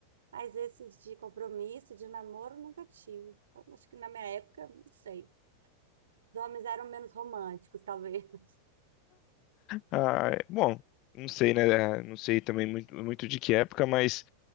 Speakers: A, on the right; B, on the left.
A: mas esses de compromisso, de namoro, nunca tive. Então, acho que na minha época, não sei. Os homens eram menos românticos, talvez. <laughs>
B: Ah, é- bom, não sei, né? É, Não sei também muito, muito de que época, mas.